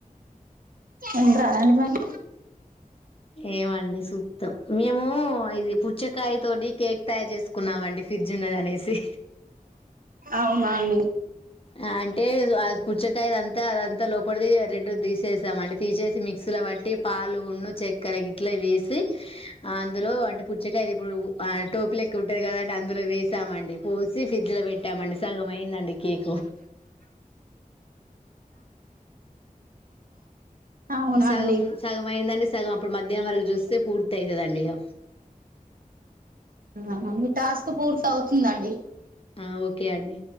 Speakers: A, on the right; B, on the left.
A: ఉంట రాదండి మరి
B: ఏమండి సుత్ం మేము ఇది పుచ్చకాయ తోటి కేక్ తయారు చేసుకున్నామండి ఫ్రిడ్జ్ ఉన్నదనేసి
A: అవునా అండి
B: ఆ అంటే ఆ పుచ్చకాయ అంతా అదంతా లోపడి రెడ్ తీసేసం అండి తీసేసి మిక్సీ లో బట్టి ప పాలు ఉన్ను చెక్ కరీగిట్లా వేసి అందులో అంటే పుచ్చకాయది ఇప్పుడు ఆ టోపి లెక్క ఉంటా కదాంట అందులో వేసామండి పోసి ఫ్రిడ్జ్ లో పెట్టామండి సగం అయిందండి కేక్
A: అవునా
B: సగం
A: అండి
B: సగం అయిందండి సగం అప్పుడు మధ్యాహ్నం వరకు చూస్తే పూర్తి అయితడండి ఇగ
A: ఆ మీ టాస్క్ పూర్తి అవుతుందండి
B: ఆ ఓకే అండి